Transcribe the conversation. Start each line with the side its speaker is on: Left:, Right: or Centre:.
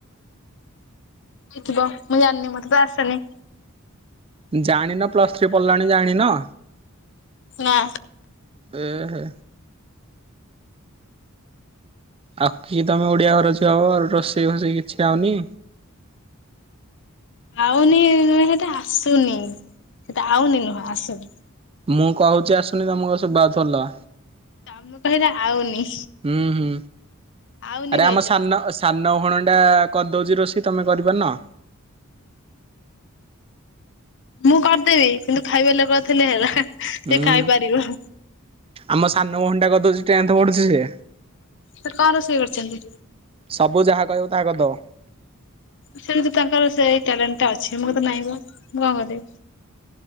Left: ହେଇଥିବ ମୁଁ ଜାଣିନି ମତେ ତ ଆସେନି।
Right: ଜାଣିନ ପ୍ଲସ ଥ୍ରୀ ପଢିଲଣି ଜାଣିନ?
Left: ନା।
Right: ଏ ହେ। ଆଉ କି ତମେ ଓଡିଆ ଘର ର ଝିଅ ବ ରୋଷେଇ ଫୋସେଇ କିଛି ଆଉନି।
Left: ଆଉନି ନୁହେଁ ସେଇଟା ଆସୁନି ସେଟା ଆଉନି ନୁହଁ ଆସୁନି।
Right: ମୁଁ କହୁଛି ଆସୁନି ତମକୁ ସୂବା ଯାଉଥିବ ଅଲଗା।
Left: ତମେ କହିଲ ଆଉନି।
Right: ହୁଁ ହୁଁ
Left: ଆଉନି
Right: ଆରେ
Left: କହିଚ।
Right: ଆମ ସାନ ସାନ ଭଣଟା କରିଦଉଚି ରୋଷେଇ ତମେ କରିପାରୁନ।
Left: ମୁଁ କରିଦେବି କିନ୍ତୁ ଖାଇବା ଲୋକଥିଲେ ହେଲା ସେ
Right: ହୁଁ
Left: ଖାଇପାରିବ
Right: ଆମ ସାନ ଭଉଣୀ ଟା କରିଦଉଚି ଟେନ୍ଥ ପଢୁଚି ସେ।
Left: ତ କଣ ରୋଷେଇ କରିଛନ୍ତି?
Right: ସବୁ ଯାହା କହିବ ତାହା କରିଦବ।
Left: ସେମତି ତାଙ୍କର ସେଇ ଟ୍ୟାଲେଣ୍ଟ ଟା ଅଛି ମୁଁ କତିରେ ନାହିଁ ବା ମୁଁ କଣ କରିବି।